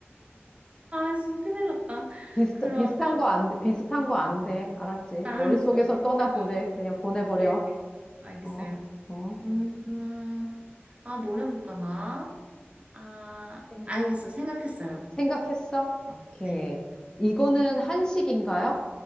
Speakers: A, on the right (about 30°); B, on the left (about 15°).
A: 아, 진짜 큰일 났다.
B: 비슷,
A: 그러면,
B: 비슷한 거 안 돼. 비슷한 거 안 돼. 알았지?
A: 아, 알았어.
B: 머릿속에서
A: 비슷한
B: 떠나보래.
A: 데
B: 그냥 보내버려.
A: 네네. 알겠어요.
B: 어, 어.
A: 음, 아, 뭘 해볼까 나? 아,
B: 생,
A: 알겠어. 생각했어요.
B: 생각했어? 오케이.
A: 네.
B: 이거는 한식인가요?